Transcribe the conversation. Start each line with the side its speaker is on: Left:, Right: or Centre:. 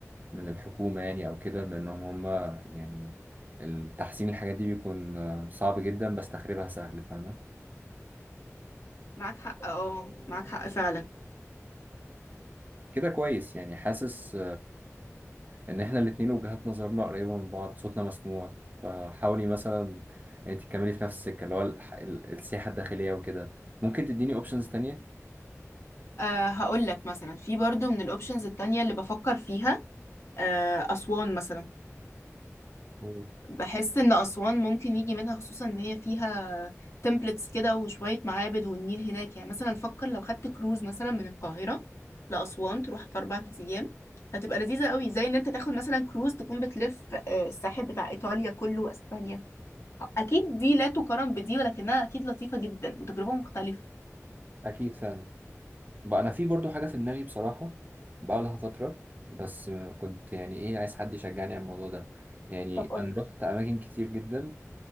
Right: من الحكومة يعني أو كده بأنهم هم يعني التحسين الحاجات دي بيكون آه، صعب جدا بس تخريبها سهل فاهمة
Left: معاك حق اه معاك حق فعلا
Right: كده كويس يعني حاسس ان احنا الاتنين وجهات نظرنا قريبة من بعض صوتنا مسموع فحاولي مثلا انت تكملي في نفس السكة اللي هو ال- ال- السياحة الداخلية وكده ممكن تديني اوبشنز تانية
Left: أه هقول لك مثلا في برضو من الأوبشنز التانية اللي بفكر فيها أه أسوان مثلا
Right: مم.
Left: بحس ان اسوان ممكن يجي منها خصوصا ان هي فيها تمبلتس كده وشويه معابد والنيل هناك يعني مثلا فكر لو خدت كروز مثلا من القاهره لاسوان تروح في اربع ايام هتبقى لذيذه قوي زي ان انت تاخد مثلا كروز تكون بتلف آه، الساحل بتاع ايطاليا كله واسبانيا اكيد دي لا تقارن بدي ولكنها اكيد لطيفه جدا وتجربه مختلفه
Right: اكيد فعلا بقى انا في برضو حاجة في دماغي بصراحة بقى لها فترة بس كنت يعني ايه عايز حد يشجعني على الموضوع ده يعني
Left: طب قولي
Right: انا رحت اماكن كتير جدا